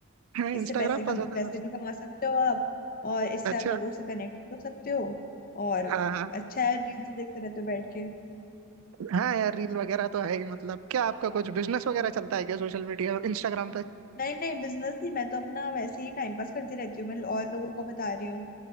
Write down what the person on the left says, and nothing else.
इससे पैसे कम
पैसे
भी कमा सकते हो आप और इससे
आप लोगों से कनेक्ट हो सकते हो और
अच्छा है रील्स देखते रहते हो बैठ के
नहीं नहीं बिजनेस नहीं मैं तो अपना वैसे ही टाइम पास करती रहती हूँ मैं और लोगों को बता रही हूँ